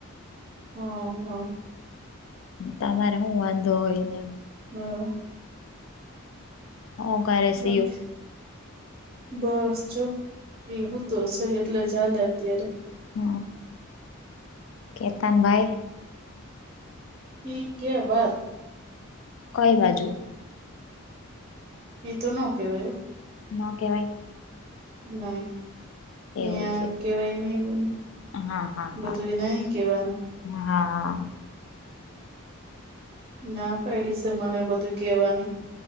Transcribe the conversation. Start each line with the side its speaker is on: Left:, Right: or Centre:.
Right: હ હ.
Left: તમારે હું વાંધો હોય ને
Right: <unintelligible>
Left: હું કરે
Right: <unintelligible>
Left: શિવ
Right: બસ જો એ હુતો તો છે એટલે ચાલે અત્યારે
Left: હ કેતાન ભાઈ
Right: <unintelligible> બાર
Left: કઈ બાજું.
Right: ઈ તો ન કેવાય <unintelligible>
Left: ન કેવાાઈ.
Right: નય અહીંયા
Left: એવું છે
Right: કેવાય નય એવું.
Left: હા હા
Right: બધું
Left: હા
Right: નઈ કેવાનું
Left: હા.
Right: ના પાયડી છે મને બધું કેવાની